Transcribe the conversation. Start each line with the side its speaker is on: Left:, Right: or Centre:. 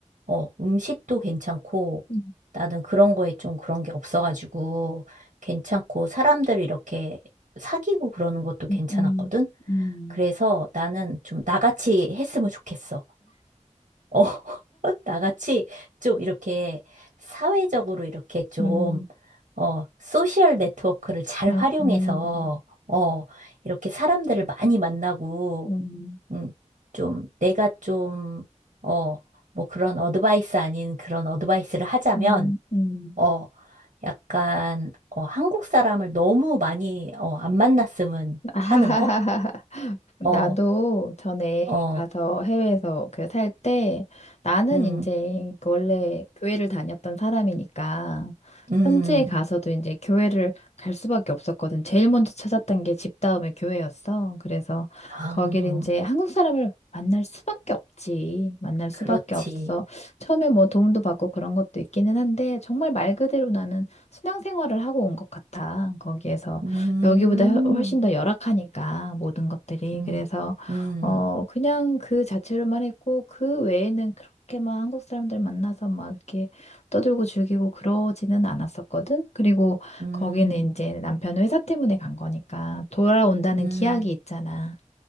Right: 어, 음식도 괜찮고,
Left: 음,
Right: 나는 그런 거에 좀 그런 게 없어가지고, 괜찮고, 사람들 이렇게 사귀고 그러는 것도 괜찮았거든?
Left: 음, 음,
Right: 그래서 나는 좀 나같이 했으면 좋겠어. 어, <laughs> 나같이 좀 이렇게 사회적으로 이렇게 좀,
Left: 음,
Right: 어, 소셜 네트워크를 잘
Left: 음,
Right: 활용해서,
Left: 음,
Right: 어, 이렇게 사람들을 많이 만나고,
Left: 음, 음,
Right: 음, 좀 내가 좀, 어, 뭐 그런 어드바이스 아닌 그런 어드바이스를 하자면,
Left: 음. <laughs> 음.
Right: 어, 약간, 어, 한국 사람을 너무 많이, 어, 안 만났으면
Left: 아하하하하.
Right: 하는 거?
Left: 나도
Right: 어,
Left: 전에
Right: 어.
Left: 가서 해외에서 그 살 때 나는
Right: 음.
Left: 이제 그 원래 교회를 다녔던 사람이니까
Right: 음,
Left: 현지에 가서도 이제 교회를 갈 수밖에 없었거든. 제일 먼저 찾았던 게 집 다음에 교회였어. 그래서
Right: 아,
Left: 거길 이제 한국 사람을 만날 수밖에 없지. 만날 수밖에
Right: 그렇지.
Left: 없어. 처음에 뭐 도움도 받고 그런 것도 있기는 한데 정말 말 그대로 나는 신앙생활을 하고 온 것 같아. 거기에서.
Right: 음,
Left: 여기보다 훨- 훨씬 더 열악하니까 모든 것들이
Right: 음,
Left: 그래서
Right: 음,
Left: 어 그냥 그 자체로만 했고 그 외에는 그렇게 막 한국 사람들 만나서 막 이렇게 떠들고 즐기고 그러지는 않았었거든. 그리고
Right: 음,
Left: 거기는 이제 남편 회사 때문에 간 거니까 돌아온다는
Right: 음,
Left: 기약이 있잖아.